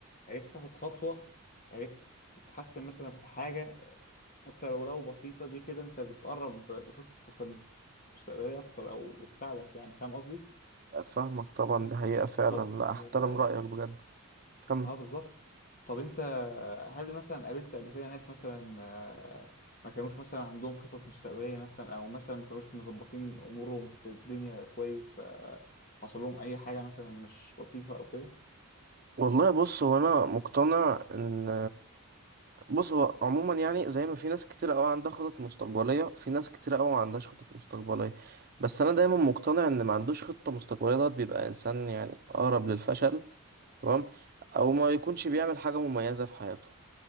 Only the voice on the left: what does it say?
عرفت تاخد خطوه عرفت تتحسن مثلا في حاجه حتى لو لو بسيطه دي كده انت بتقرب لخطتك المستقبليه اكتر او بتساعدك يعني فاهم قصدي
طب
آه،
اه بالظبط طب انت هل مثلا قابلت قبل كده ناس مثلا آه، ما كانوش مثلا عندهم خطط مستقبلية مثلا او مثلا ما كانوش مظبطين امورهم في الدنيا كويس فحصل لهم اي حاجة مثلا مش لطيفة او كده